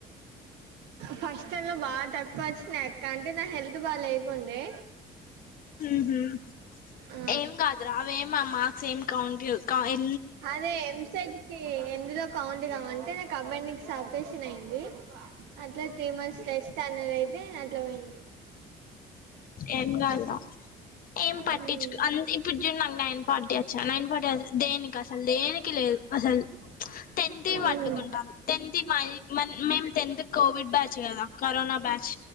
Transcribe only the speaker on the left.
ఉమ్మ్
ఏం కాద్రు అవేం మా మార్క్స్ ఏం కౌంట్ చేయి ఏం.
ఏం కాదురా ఏం పట్టించుకొ
అంతా ఇం. ఇప్పుడు చూడు నాకు నైన్ ఫార్టీ వచ్చాయి నైన్ ఫార్టీ దేనికి అసలు దేనికి లేదు అసలు ప్చ్. టెన్త్ వి
పట్టుకుంటారు టెన్త్ వి మళ్లీ. మన్ మేము టెన్త్ కోవిడ్ బ్యాచ్ కదా కరోనా బ్యాచ్.